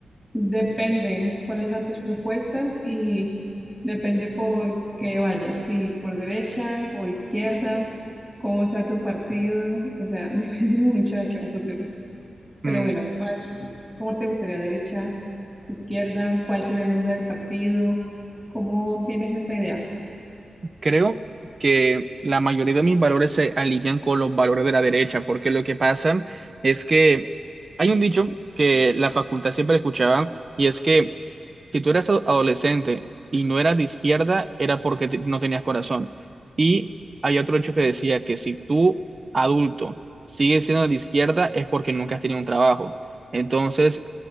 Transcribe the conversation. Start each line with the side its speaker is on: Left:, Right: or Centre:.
Centre: Depende cuáles sean tus propuestas y depende por qué vayas, si por derecha o izquierda, cómo sea tu partido, o sea, <laughs> depende mucho de aquí a un futuro. Pero
Right: Mm,
Centre: bueno, ¿cuál- ¿cómo te gustaría derecha, izquierda? ¿Cuál sería el nombre del partido? ¿Cómo tienes esa idea?
Right: creo que la mayoría de mis valores se alinean con los valores de la derecha, porque lo que pasa es que hay un dicho que la facultad siempre escuchaba y es que Si tú eras ado- adolescente y no eras de izquierda, era porque te- no tenías corazón. Y hay otro hecho que decía que si tú, adulto, sigues siendo de izquierda, es porque nunca has tenido un trabajo. Entonces,